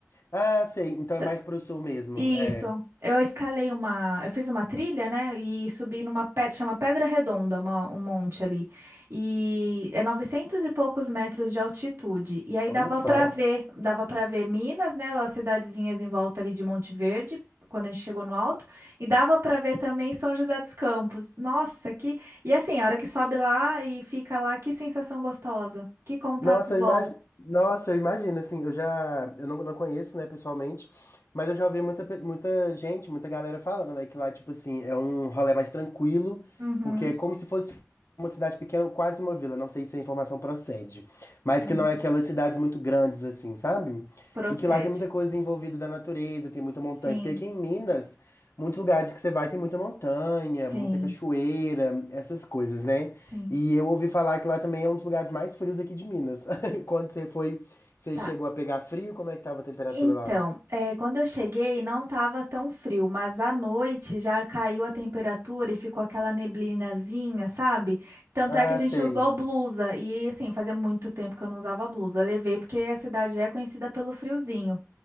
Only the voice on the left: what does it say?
Ah, sei, então
é mais pro sul mesmo.
É.
Olha
só.
Nossa,
eu imagino, nossa, eu imagino, assim, eu já, eu não, não conheço, né, pessoalmente, mas eu já ouvi muita, pe- muita gente, muita galera falando, né, que lá, tipo assim, é um rolê mais tranquilo,
porque é como se fosse uma cidade pequena, quase uma vila, não sei se a informação procede, mas
que não é aquelas cidades muito grandes, assim, sabe?
E que lá tem muita coisa envolvida da natureza, tem muita montanha,
porque aqui em Minas, Muitos lugares que você vai tem muita montanha,
muita cachoeira, essas coisas, né?
E eu ouvi falar que lá também é um dos lugares mais frios aqui de Minas. <laughs> Quando você foi, você
chegou a pegar frio? Como é que tava a temperatura
lá?
Ah,
sei.